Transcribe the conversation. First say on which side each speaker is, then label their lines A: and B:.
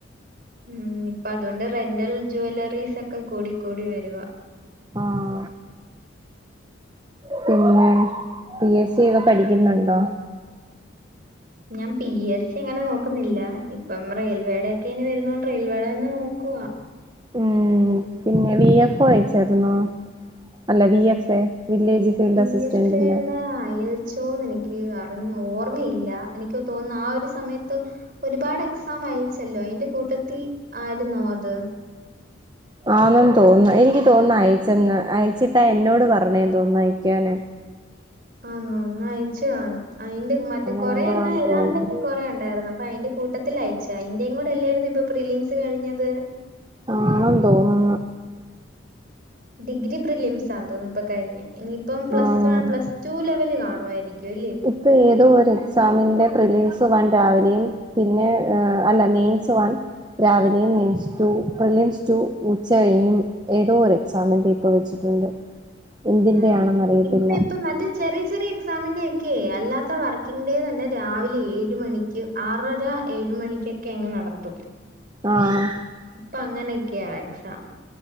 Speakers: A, on the right; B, on the right.
A: ഉം ഇപ്പൊ അതുകൊണ്ട് റെന്റൽ ജ്വല്ലറീസ് ഒക്കെ കൂടി കൂടി വരുവാ
B: ആഹ് പിന്നെ പി എസ് സി ഒക്കെ പഠിക്കുന്നുണ്ടോ
A: ഞാൻ പി എസ് സി അങ്ങനെ നോക്കുന്നില്ല ഇപ്പം റെയിൽവേയുടെ ഒക്കെ ഇനി വരുന്നോണ്ട് റെയിൽവേയുടെ തന്നെ നോക്കുവ
B: ഉം പിന്നെ വി എഫ് ഒ അയച്ചര്ന്നോ അല്ല V F A village field
A: V
B: അസിസ്റ്റന്റിന്റെ
A: F എയുടെ അയച്ചോന്ന് എനി ക്ക് അറിഞ്ഞു ഓർമ്മയില്ല എനിക്ക് തോന്നുന്നു ആ ഒരു സമയത്ത് ഒരുപാട് എക്സാം അയച്ചല്ലോ അയിന്റെ കൂട്ടത്തി ആയിരുന്നോ അത്
B: ആന്ന് തോന്നുന്നേ എനിക്ക് തോനുന്നെ അയച്ചെന്ന് അയച്ചിട്ടാ എന്നോട് പറഞ്ഞേന്ന് തോന്നാ അയക്കാന്
A: ആന്നോ എന്നാ അയച്ചു കാണും അയിന്റെ മറ്റേ
B: അങ്ങനെ
A: കൊറെ
B: എന്തോ
A: എണ്ണ
B: ആന്ന്
A: ഏതാണ്ടൊക്കെ
B: തോന്നുന്നു
A: കൊറെ ഉണ്ടായിരുന്നു അപ്പൊ അയിന്റെ കൂട്ടത്തിൽ അയച്ചാ ഇന്റെ യും കൂടെ അല്ലായിരുന്നു ഇപ്പൊ പ്രിലിംസ് കഴിഞ്ഞത്
B: ആണെന്ന് തോന്ന്ണ്
A: ഡിഗ്രി പ്രിലിംസാന്ന് തോന്നുന്നു ഇപ്പ കഴിഞ്ഞേ ഇനി ഇപ്പം പ്ലസ്
B: ആഹ്
A: പ്ലസ് ടു ലെവല് കാണുവായിരിക്കും ല്ലേ
B: ഇപ്പം ഏതോ ഒരു എക്സാമിൻ്റെ പ്രിലീസ് വൺ രാവിലെയും പിന്നെ അല്ല നെയിംസ് വൺ രാവിലെയും നെയിംസ് ടു പ്രിലിംസ് ടു ഉച്ച കഴിഞ്ഞും ഏതോ ഒരു എക്സാമിന്റെ ഇപ്പ വെച്ചിട്ടുണ്ട് എന്തിന്റെയാണെന്ന്
A: ഉം
B: അറിയത്തില്ല
A: ഇപ്പ ഇപ്പ മറ്റേ ചെറിയ ചെറിയ എക്സാമിന്റെ ഒക്കെ അല്ലാത്ത വർക്കിംഗ് ഡേ തന്നെ രാവിലെ ഏഴ് മണി ക്ക് ആറര ഏഴ് മണിക്കൊക്കെ അങ്ങ് നടത്തും
B: ആഹ്
A: ഇപ്പ അങ്ങനെയൊക്കെയാ എക്സാം